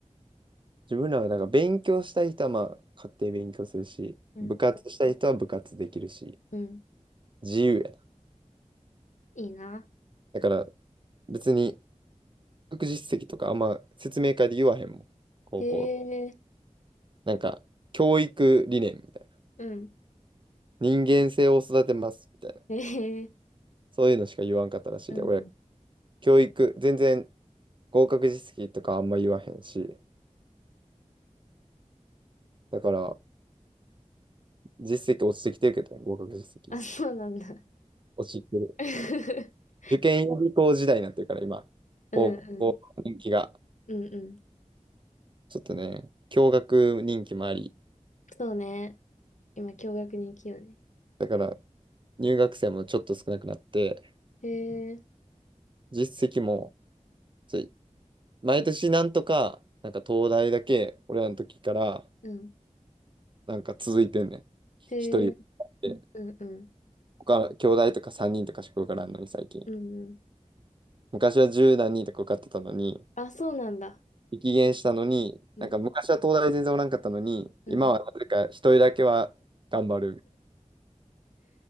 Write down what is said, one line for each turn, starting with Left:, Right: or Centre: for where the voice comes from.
Right: 自分らはなんか勉強したい人はまあ家庭勉強するし、
Left: うん。
Right: 部活したい人は部活できるし、
Left: うん。
Right: 自由やな。
Left: いいな。
Right: だから別に学実績とかあんま説明会で言わへんもん。高校。
Left: へえ。
Right: なんか教育理念みたいな。
Left: うん。
Right: 人間性を育てますみたいな。
Left: へえ。
Right: そういうのしか言わんかったらしいで、
Left: うん。
Right: 親。教育、全然合格実績とかあんま言わへんし、だから実績落ちてきてるけどね、合格実績。
Left: あ、そうなんだ。
Right: 落ちてる。
Left: <laughs>
Right: 受験予備校時代になってるから、今、
Left: うんうん。
Right: 高校人気が、
Left: うんうん。
Right: ちょっとね、共学人気もあり、
Left: そうね。今、共学に行きようね。
Right: だから入学生もちょっと少なくなって、
Left: へえ。
Right: 実績も、ちょ毎年なんとか、なんか東大だけ、俺らの時から、
Left: うん。
Right: なんか続いてんねん。
Left: へえ。
Right: 一人で、
Left: うんうん。
Right: 他、兄弟とか三人とかしか受からんのに、最近。
Left: うんうん。
Right: 昔は十何人とか受かってたのに、
Left: あ、そうなんだ。
Right: 激減したのに、
Left: うん
Right: なんか昔は東大全然おらんかったのに、
Left: うん。
Right: 今はなぜか一人だけは頑張る